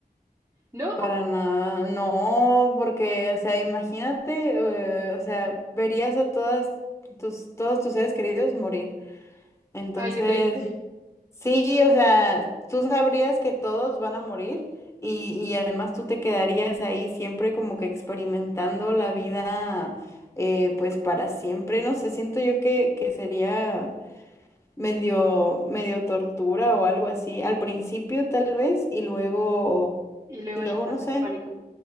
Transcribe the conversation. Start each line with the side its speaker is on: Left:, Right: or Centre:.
Right: ¿No?
Left: Para nada. No, porque, o sea, imagínate, eh, o sea, verías a todas tus, todos tus seres queridos morir. Entonces,
Right: Ay, qué triste.
Left: Sí, o sea, tú sabrías que todos van a morir y, y además tú te quedarías ahí siempre como que experimentando la vida eh, pues para siempre. No sé, siento yo que, que sería medio, medio tortura o algo así. Al principio tal vez y luego,
Right: Y luego
Left: y luego
Right: ya estás
Left: no sé.
Right: en pánico.